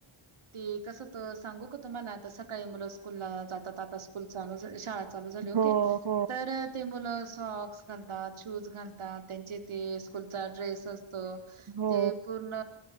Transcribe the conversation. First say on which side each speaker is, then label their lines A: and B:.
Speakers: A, on the right; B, on the right.
A: ते कसं होत, सांगू का तुम्हाला तर, सकाळी मुलं स्कूलला जातात. आ स्कूल चालू शाळा चालू झाली, ओके
B: हो हो
A: तर ते मुलं सॉक्स घालतात शूज घालतात, त्यांचे ते स्कूलचा ड्रेस अस
B: हो
A: ते पूर्ण